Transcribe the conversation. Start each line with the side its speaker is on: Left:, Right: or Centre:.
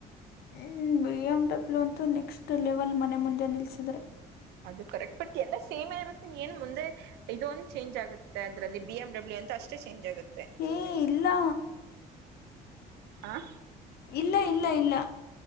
Left: ಹ ಬಿ ಎಂ ಡಬ್ಲ್ಯೂ ಅಂತೂ ನೆಕ್ಸ್ಟ್ ಲೆವೆಲ್ ಮನೆ ಮುಂದೆ ನಿಲ್ಲಿಸಿದ್ರೆ.
Right: ಅದು ಕರೆಕ್ಟ್ ಬಟ್ ಎಲ್ಲ ಸೇಮ್ ಇರುತ್ತೆ ಏನ್ ಮುಂದೆ ಇದ ಒಂದು ಚೇಂಜ್ ಆಗುತ್ತೆ. ಮತ್ತೆ ಅದ್ರಲ್ಲಿ ಬಿ ಎಂ ಡಬ್ಲ್ಯೂ ಅಂತ ಅಷ್ಟೇ ಚೇಂಜ್ ಆಗುತ್ತೆ.
Left: ಏ ಇಲ್ಲಾ.
Right: ಆ.
Left: ಇಲ್ಲ ಇಲ್ಲ ಇಲ್ಲ